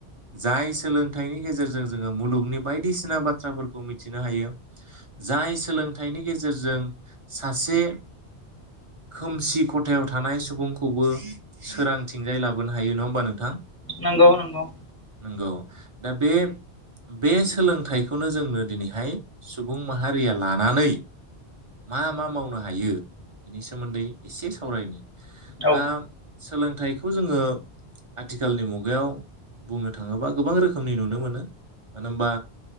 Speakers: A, on the right; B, on the left.
A: जाय सोलोंथाइनि गेजेरजों जोङो मुलुगनि बायदिसिना बाथ्राफोरखौ मिथिनो हायो। जाय सोलोंथाइनि गेजेरजों सासे खोमसि खथ थायाव थानाय सुबुंखौबो सोरांथिंजाय लाबोनो हायो नङा होमबा नोंथां?
B: नंगौ नंगौ।
A: नंगौ दा बे बे सोलोंथाइखौनो जोंनो दिनैहाय सुबुं माहारिया लानानै मा मा मावनो हायो बेनि सोमोन्दै एसे सावरायनि
B: औ
A: दा सोलोंथाइखौ जोङो आथिखालनि मुगायाव बुंनो थाङोबा गोबां रोखोमनि नुनो मोनो मानो होनबा